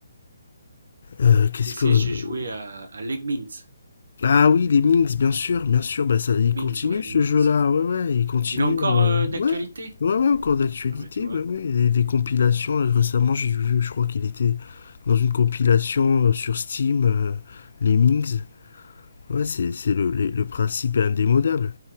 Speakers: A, on the left; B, on the right.
A: Euh, Qu'est-ce
B: PC,
A: que.
B: j'ai joué à, à Lemmings.
A: Ah oui, les Minx, bien sûr, bien sûr. Bah, ça, il
B: Lemmings,
A: continue
B: ouais, Lemmings.
A: ce jeu-là. Ouais, ouais, il continue.
B: Il est encore
A: euh,
B: euh, d'actualité?
A: Ouais, ouais, ouais, encore d'actualité.
B: Ah ouais, tu vois,
A: Ouais, ouais. Et Les, les compilations, là, récemment, j'ai vu, je crois qu'il était dans une compilation euh, sur Steam, euh, les Minx. Ouais, c'est c'est le, les- le principe est indémodable.